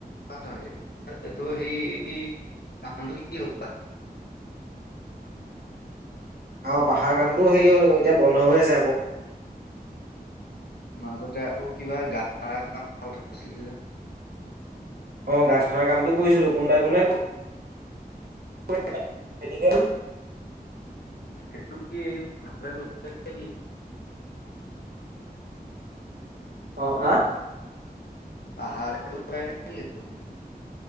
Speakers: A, on the left; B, on the right.
A: ন এইটো সেই এই কামটো কি হ'ল।
B: আহ পাহাৰ কামটোও হেৰি হ'ল আকৌ এতিয়া বন্ধ হৈ আছে আকৌ।
A: মাজতে আকৌ কিবা গাত খনা কথা আছিলে।
B: অ, গাত খনা কামটো কৰিছিলো কোনোবাই কোনোবাই। <unintelligible> মেডিকেল।
A: সেইটো কি ভ <unintelligible>
B: অ', আহ?
A: পাহাৰ তে কৰিব লাগে নে কি?